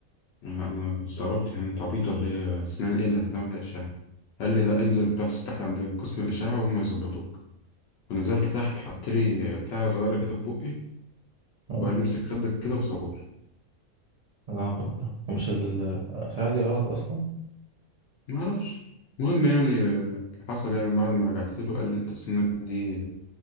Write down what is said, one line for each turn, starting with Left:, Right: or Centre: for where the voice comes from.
Left: أنا أنا استغربت يعني انت عبيط ولا ايه السنين ايه اللي هتعمل عليها إشاعة قال لي لا انزل بحث تحت عند قسم الإشاعة وهم يظبطوك ونزلت تحت حط لي بتاع صغيرة كده في بقي
Right: ده
Left: وقال لي امسك خدك كده وصور
Right: العبط ده ومش ال- الخداع دي غلط أصلا
Left: ما اعرفش المهم يعني آه، اللي حصل يعني بعد ما رجعت له قال لي انت سنك دي